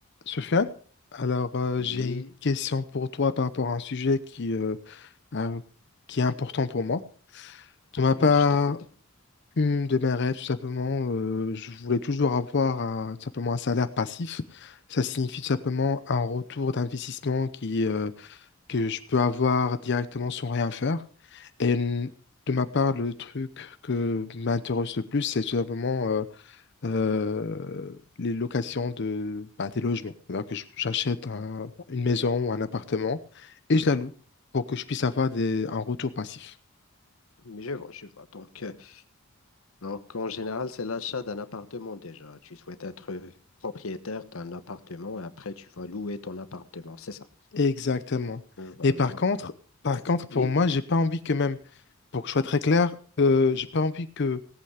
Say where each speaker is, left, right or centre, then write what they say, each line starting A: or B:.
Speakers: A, on the left; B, on the left.
A: Sofiane, alors euh,
B: Oui,
A: j'ai une question pour toi par rapport à un sujet qui, euh, un- qui est important pour moi. De ma
B: oui,
A: part,
B: je t'écoute.
A: une de mes rêves, tout simplement, euh, je voulais toujours avoir un- tout simplement un salaire passif. Ça signifie tout simplement un retour d'investissement qui, euh, que je peux avoir directement sans rien faire. Et n- de ma part, le truc que m'intéresse le plus, c'est tout simplement euh, euh, les locations de, bah, des logements. C'est-à-dire que je- j'achète un- une maison ou un appartement et je la loue pour que je puisse avoir des, un retour passif.
B: Mais je vois, je vois. Donc, euh, donc en général, c'est l'achat d'un appartement déjà. Tu souhaites être euh, propriétaire d'un appartement et après, tu vas louer ton appartement. C'est ça.
A: Exactement.
B: Euh, Voilà.
A: Mais par
B: Donc,
A: contre, par contre, pour
B: oui,
A: moi, j'ai pas envie que même, pour que je sois très clair, euh, j'ai pas envie que